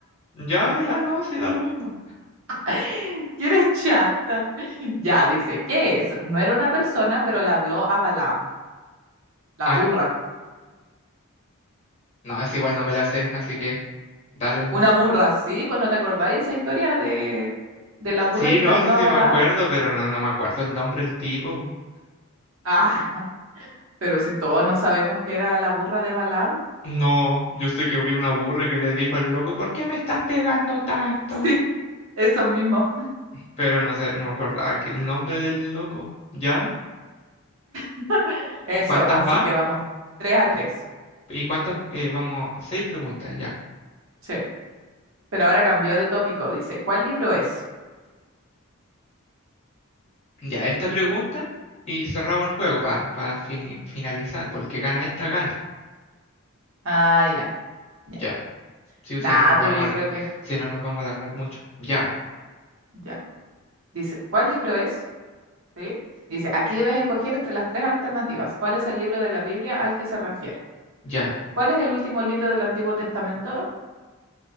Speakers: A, on the left; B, on the right.
A: Ya ya no, sí da lo mismo.
B: <laughs> que eres chata. Ya, dice, ¿qué es? No era una persona, pero le habló a Balaam, la
A: Ah,
B: burra.
A: no, es igual no me la sé, así que dale nomás.
B: Una burra, sí, pues no te acordáis esa historia de, de la burra
A: Sí,
B: que
A: no,
B: le habló
A: sí
B: a
A: sí
B: Balaam.
A: me acuerdo, pero no, no me acuerdo el nombre del tipo, po.
B: Ah, <laughs> pero si todos no sabemos que era la burra de Balaam. <laughs>
A: No, yo sé que vi una burra que le dijo al loco, "¿Por qué me estás pegando tanto?"
B: Sí, eso mismo.
A: Pero no sé, no me acordaba que el nombre del loco. ¿Ya?
B: <laughs> Eso,
A: ¿Cuántas
B: así
A: van?
B: que vamos, 3 a 3.
A: ¿Y cuántas eh, vamos? Seis preguntas ya.
B: Sí, pero ahora cambió de tópico. Dice, ¿cuál libro es?
A: Ya, esta pregunta y cerramos el juego para finalizar, porque el que gana esta gana.
B: Ah, ya, ya.
A: Ya, sí o
B: Nah,
A: si no nos vamos
B: pero yo
A: a,
B: creo
A: la-
B: que
A: si no nos vamos a alargar mucho. Ya,
B: ya. Dice, ¿cuál libro es? ¿sí? Dice, aquí debes escoger entre las tres alternativas. ¿Cuál es el libro de la Biblia al que se refiere?
A: ya,
B: ¿Cuál es el último libro del Antiguo Testamento?